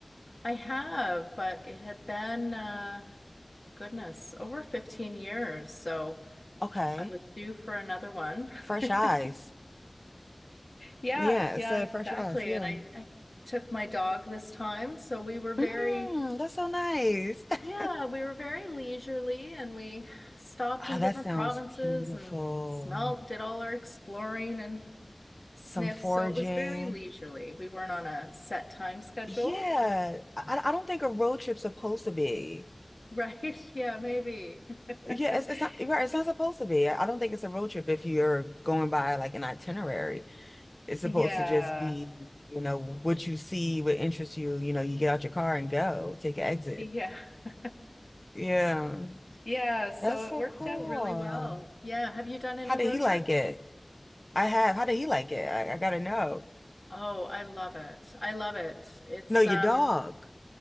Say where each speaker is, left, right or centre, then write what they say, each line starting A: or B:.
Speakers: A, on the left; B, on the left.
A: I have, but it had been, uh, goodness, over 15 years. So
B: Okay.
A: I was due for another one.
B: Fresh eyes.
A: <laughs> Yeah,
B: Yeah,
A: yeah,
B: it said
A: exactly.
B: fresh eyes. Yeah.
A: And I, I took my dog this time. So we were very,
B: Mm, that's so nice.
A: yeah,
B: <laughs>
A: we were very leisurely and we stopped
B: Oh,
A: in
B: that
A: different
B: sounds
A: provinces
B: beautiful.
A: and smelt, did all our exploring and sniffs.
B: Some foraging.
A: So it was very leisurely. We weren't on a set time schedule,
B: Yeah. I, I don't think a road trip's supposed to be.
A: <laughs> right? Yeah, maybe.
B: Yeah,
A: <laughs>
B: it's, it's not, you're right. It's not supposed to be. I don't think it's a road trip if you're going by like an itinerary. It's supposed
A: Yeah.
B: to just be, you know, what you see, what interests you, you know, you get out your car and go, take an exit.
A: Yeah. <laughs>
B: Yeah.
A: Yeah, so
B: That's
A: it
B: so
A: worked
B: cool.
A: out really well. Yeah, have you done any
B: How did
A: road
B: he like
A: trips?
B: it? I have. How did he like it? I, I gotta know.
A: Oh, I love it. I love it. It's
B: No, your
A: um
B: dog.